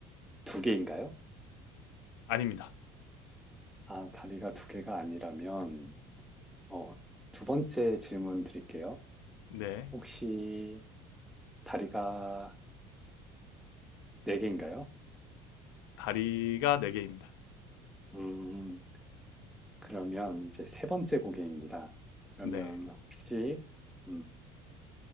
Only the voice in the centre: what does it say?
두 개인가요?
아, 다리가 두 개가 아니라면 어, 두 번째 질문 드릴게요.
혹시 다리가 네 개인가요?
음. 그러면 이제 세 번째 고개입니다. 그러면
혹시 음,